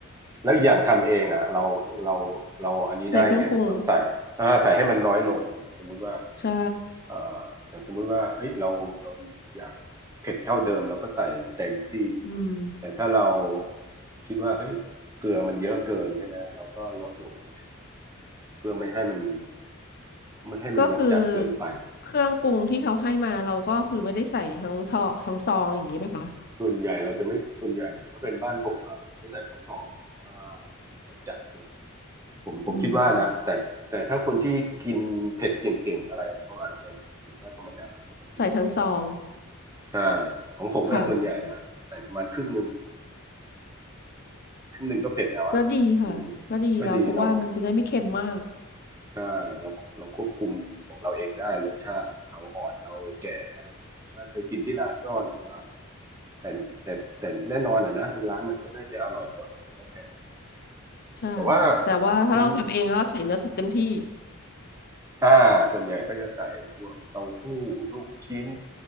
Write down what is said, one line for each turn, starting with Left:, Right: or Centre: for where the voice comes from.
Right: แล้วอีกอย่างทำเองอ่ะเราเราเราอันนี้ได้ไงเราใส่อ่าใส่ให้มันน้อยลงสมมุติว่า
Left: ใส่เครื่องปรุงใช่
Right: เอ่ออย่างสมมุติว่าเอ้ยเราเราอยากเผ็ดเท่าเดิมเราก็ใส่เต็มที่
Left: อืม
Right: แต่ถ้าเราคิดว่าเฮ้ยเกลือมันเยอะเกินใช่ไหมเราก็ลดลงหน่อยเพื่อไม่ให้มันไม่ให้มันลดจัดเกินไป
Left: ก็คือเครื่องปรุงที่เขาให้มาเราก็คือไม่ได้ใส่ทั้งซองทั้งซองอย่างนี้ไหมคะ
Right: ส่วนใหญ่เราจะไม่ส่วนใหญ่ถ้าเป็นบ้านผมอะผมไม่ใส่ทั้งซองว่ามันรสจัดเกินผมผมคิดว่านะแต่แต่ถ้าคนที่กินเผ็ดเก่งๆอะไรเขาอาจจะถือว่าธรรมดาปกติ
Left: อืมใส่ทั้งซอง
Right: ใช่ของผมเนี่ยส่วนใหญ่นะใส่ประมาณครึ่งหนึ่ง
Left: ค่ะ
Right: ครึ่งหนึ่งก็เผ็ดแล้วอ่ะอืม
Left: ก็ดีค่ะก็ดีแล้วเพราะว่ามันจะได้ไม่เค็มมาก
Right: ก็ดีเราใช่เราเราควบคุมของเราเองได้รสชาติเอาอ่อนเอาแก่ได้ถ้าไปกินที่ร้านก็อย่างว่าเลยแต่แต่แต่แน่นอนอ่ะนะร้านมันก็น่าจะอร่อยกว่าแต่ก็แพง
Left: ใช่
Right: แต่ว่า
Left: แต่ว่าถ้าเราทำเองแล้วเราใส่เนื้อสัตว์เต็มที่
Right: กินอ่าส่วนใหญ่ก็จะใส่พวกเต้าหู้ลูกชิ้น